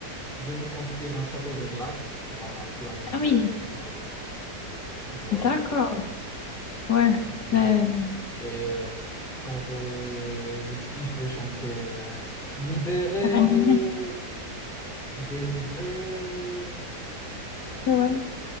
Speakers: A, in the centre; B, on the left.
A: je vais me construire un château de glace dans la planète
B: Ah oui,
A: euh, zéro. Voilà.
B: d'accord. Ouais.
A: Et, euh,
B: Ben,
A: d- et, euh, quand je, je skie, je vais chanter euh, Libéré,
B: rien de neige,
A: délivré,
B: ouais.